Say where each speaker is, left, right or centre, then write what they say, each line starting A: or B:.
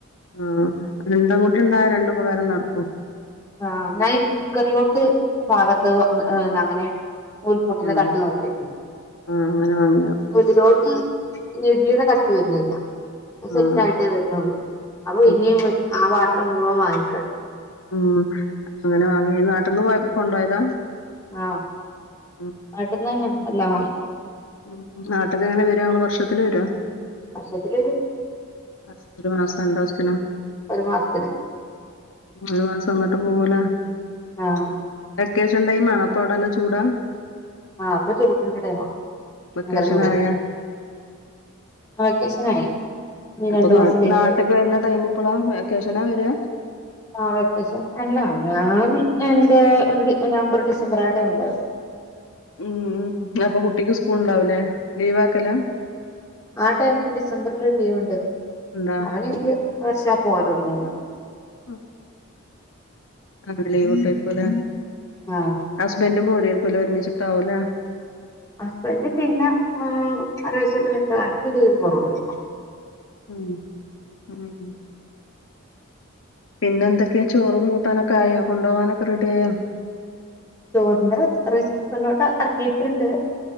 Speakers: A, on the left (about 65°); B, on the left (about 15°).
A: ആഹ് രണ്ടുംകൂടിണ്ടായ രണ്ടു ഉപകാരം നട്ക്കും.
B: ആഹ് ഇന്നാഈ കുക്കറിലോട്ട് പാഗത്ത് ഹ് ന്നങ്ങനെ നൂൽപുട്ട്ന്റെ
A: ആഹ്
B: തട്ട് നോക്കിയര്
A: ആഹ് അങ്ങനെ വാങ്ങിയ
B: മു <unintelligible> ഇഡ്ലിടെ തട്ട് വര്ന്നില്ല അഅ്സെറ്റാ
A: ആഹ്
B: ട്ടെ വര്ന്നാള്ളൂ അപ്പൊ
A: ഉം
B: ഇനിയും ആ പാത്രം മുഴുവൻ വാങ്ങിക്ക
A: ഉം അങ്ങനെ വാങ്ങി നാട്ട്ന്ന് പോയപ്പൊ കൊണ്ടോയതാ?
B: ആഹ്
A: ഉം
B: നാട്ട്ന്നെന്നെ എല്ലാവാ.
A: ഉം നാട്ട്ക്കെങ്ങനെ വരാ ഇങ്ങള് വർഷത്തില് വരോ?
B: വർഷത്തിലൊര്
A: ആ ഒരു മാസാ രണ്ടാസ്ത്തിനാ
B: ഒര് മാസ്ത്തിന്.
A: ഒരു മാസംന്ന്ട്ട് പൂവലാ
B: ആഹ്
A: വെക്കേഷൻ ടൈം ആണോ പ്പ ഓടല്ല ചൂടാ?
B: ആഹ് ഇപ്പ ചൂടിന്റെ ടൈമാ
A: വെക്കേഷൻ
B: ഭയങ്കര ചൂടാ
A: ആയാ
B: വെക്കേഷനായി ഇനി
A: അപ്പൊ
B: രണ്ടു
A: നാ
B: മാസം ലീവ്
A: നാട്ട്ക്ക് വര്ന ടൈം ഇപ്പളാ വെക്കേഷനാ വരാ
B: ആ വെക്കേഷൻ അല്ല ഞാൻ എന്റെ ഒര് ഡ് നവംബർ ഡിസംബർ ആ ടൈമിലാ വരാ
A: മ് മ് അപ്പൊ കുട്ടിക്ക് സ്കൂൾ ഇണ്ടാവൂലേ ലീവാക്കലാ
B: ആ ടൈമില് ഡിസംബർല് ഒര് ലീവ്ണ്ട്
A: ഇണ്ടാ
B: ആലീവ്‌ വർഷാപോവലൊട്ങ്ങിന്നത്
A: ആഹ് അങ്ങല്ലെ ഈ ഒട്ട പോല
B: ആഹ്
A: ഹസ്ബൻഡും പോരക്കല ഒരുമിച്ചിട്ടാവുല
B: ഹസ്ബൻഡ് പിന്നെ ഉം ഒരു വശത്തിട്ടുകാർക്ക് ലീവ് പോവളും
A: ഉം ഉം പിന്നെ എന്തൊക്കെയാ ചോറും കൂട്ടാനൊക്കെ ആയോ കൊണ്ടുപോകാനൊക്കെ റെഡിയായോ
B: ചോറിന്റെ റൈസ് കുക്കറിലോട്ട് ഇറക്കിട്ടുണ്ട്